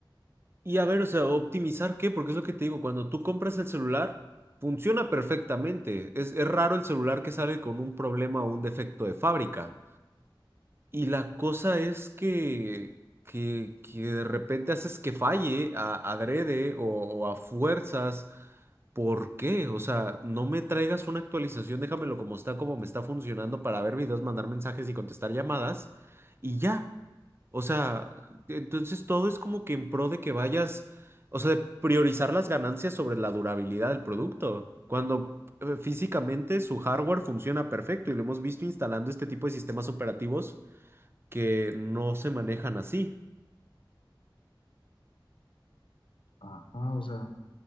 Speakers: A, on the right; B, on the left.
A: Y a ver, o sea, optimizar qué, porque es lo que te digo, cuando tú compras el celular, funciona perfectamente. Es, es raro el celular que sale con un problema o un defecto de fábrica. Y la cosa es que, que, que de repente haces que falle a, adrede o, o a fuerzas. ¿Por qué? O sea, no me traigas una actualización, déjamelo como está, como me está funcionando para ver videos, mandar mensajes y contestar llamadas y ya. O sea, entonces todo es como que en pro de que vayas, o sea, de priorizar las ganancias sobre la durabilidad del producto, cuando eh, físicamente su hardware funciona perfecto y lo hemos visto instalando este tipo de sistemas operativos que no se manejan así.
B: Ajá, o sea,